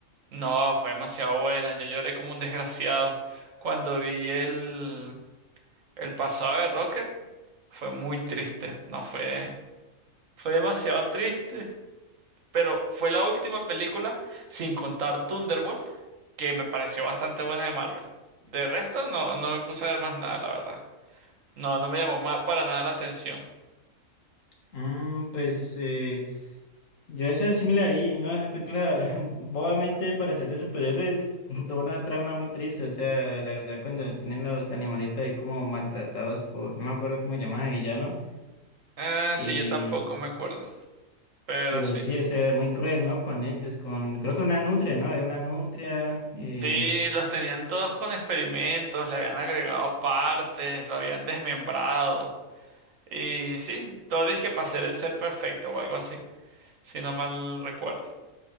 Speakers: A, on the right; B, on the left.
A: No, fue demasiado buena. Yo lloré como un desgraciado cuando vi el el pasado de Rocket. Fue muy triste, no fue, fue demasiado triste, pero fue la última película, sin contar Thunderbolt, que me pareció bastante buena de Marvel. De resto, no, no me puse a ver más nada, la verdad. No, no me llamó ma- para nada la atención.
B: Mm, pues. eh, Yo esa es similar ahí ¿no? Esa película, <laughs> obviamente para ser de superhéroes, <laughs> toda una trama muy triste, o sea, la verdad cuando tienen los animalitos ahí como maltratados por, no me acuerdo cómo llaman de villano,
A: Eh,
B: eh,
A: sí, yo tampoco me acuerdo, pero
B: pero
A: sí.
B: sí, o sea, muy cruel, ¿no? Con ellos, con, creo que una nutria, ¿no? Era una nutria, eh,
A: Sí, los tenían todos con experimentos, le habían agregado partes, lo habían desmembrado. Y sí, todo disque para ser el ser perfecto o algo así, si no mal recuerdo.